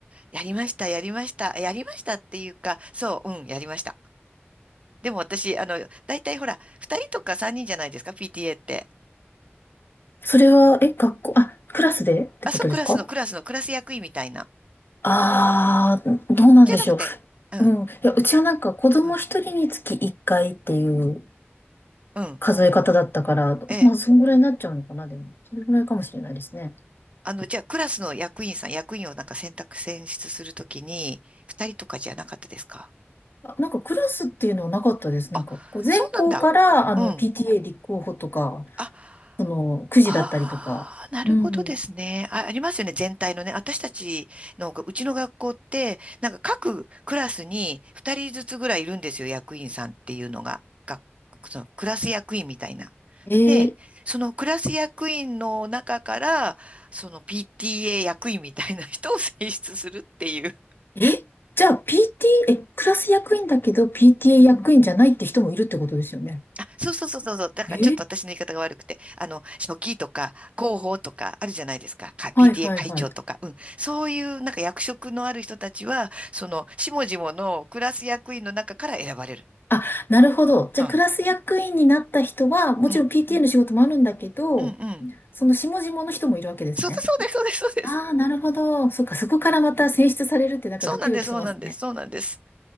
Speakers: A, on the right; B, on the left.
A: やりました、やりました。やりましたっていうか、そう、うん、やりました。でも私、あの、大体ほら、二人とか三人じゃないですか、PTA って。
B: それは、え、学校、あ、クラスでってことですか
A: あ、そう、クラスの、クラスの、クラス役員みたいな。
B: ああー、どうなんでしょう。
A: じゃなくて、うん、
B: うん。いや、うちはなんか子供一人につき一回っていう
A: うん、うん、
B: 数え方だったから、
A: ええ。
B: まあ、そんぐらいになっちゃうのかな、でも。それぐらいかもしれないですね。
A: あの、じゃあ、クラスの役員さん、役員をなんか選択、選出するときに、二人とかじゃなかったですか
B: あ、なんかクラスっていうのはなかったです。
A: あ、
B: なんか、こう全校から、
A: そうなんだ。
B: あの、
A: うん。
B: PTA 立候補とか、
A: あ、
B: その、くじだったりとか。
A: ああ、なるほどですね。
B: うん。
A: あ、ありますよね、全体のね。私たちのが、うちの学校って、なんか各クラスに2人ずつぐらいいるんですよ、役員さんっていうのが。が、そのクラス役員みたいな。
B: えー
A: で、そのクラス役員の中から、その PTA 役員みたいな人を選出するっていう。
B: え、じゃあ PT、え、クラス役員だけど PTA 役員じゃないって人もいるってことですよね。
A: あ、そうそうそうそうそう。だからちょっと私の言い方が悪くて、
B: え
A: あの、書記とか広報とかあるじゃないですか。か PTA
B: はいはいはい。
A: 会長とか。うん。そういうなんか役職のある人たちは、その、下々のクラス役員の中から選ばれる。
B: あ、なるほど。じゃあクラス役員になった人は、
A: うん。
B: もちろん
A: うん。
B: PTA の仕事もあるんだけど、
A: うん。うん。
B: その下々の人もいるわけですね。
A: そうだ、そうです、そうです、そうです。
B: ああ、なるほど。そっか、そこからまた選出されるってなんかドキドキしますね。
A: そうなんです、そうなんです、そうなんです。